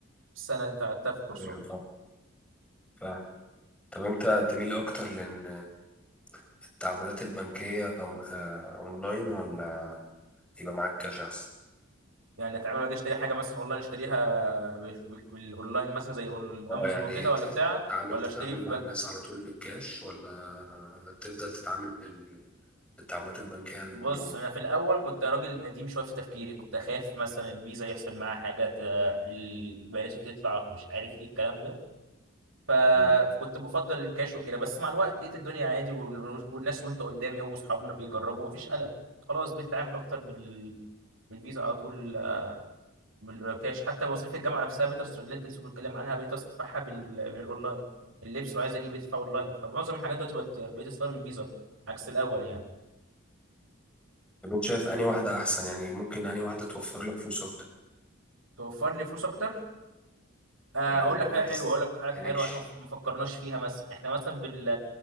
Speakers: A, on the right; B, in the centre.
A: في السنة انت قعدتها في كورسات
B: ايوه فاهم. طب انت تميل اكتر لان التعاملات البنكية أو- آه، اونلاين ولا يبقى معاك كاش احسن
A: يعني اتعامل اجي اشتري حاجة مثلا اونلاين اشتريها بال- بال- بالاونلاين مثلا زي أول-
B: اه
A: امازون
B: يعني
A: وكده
B: ت-
A: ولا
B: تتعامل
A: بتاع ولا
B: تتعامل
A: اشتري في
B: مع
A: بنك
B: الناس على طول بالكاش ولا تفضل تتعامل بال- بالتعاملات البنكية الاونلاين
A: بص انا في الاول كنت راجل قديم شويه في تفكيري كنت اخاف مثلا الفيزا يحصل معاها حاجه ت- البيانات تطلع مش عارف ايه الكلام ده فكنت
B: مم.
A: بفضل الكاش وكده بس مع الوقت لقيت الدنيا عادي وال- والناس وانت قدامي هو واصحابنا بيجربوا مفيش قلق خلاص بقيت اتعامل اكتر بال بالفيزا على طول آه، بالكاش حتى مصاريف الجامعه نفسها بقيت أصرف- اللي انت لسه بتتكلم عنها بقيت ادفعها بال... بالاونلاين اللبس لو عايز اجيب بقيت ادفعه اونلاين فمعظم الحاجات دلوقتي بقت- بقيت استخدم الفيزا اكتر عكس الاول يعني
B: طب انت شايف انهي واحدة احسن يعني ممكن انهي واحدة توفر لك فلوس اكتر
A: توفر لي فلوس اكتر آه،
B: يعني
A: هقول
B: اللي
A: لك
B: هو
A: حاجه
B: ما تستهلكش
A: حلوه هقول لك حاجه حلوه احنا ما فكرناش فيها مثلا احنا مثلا بال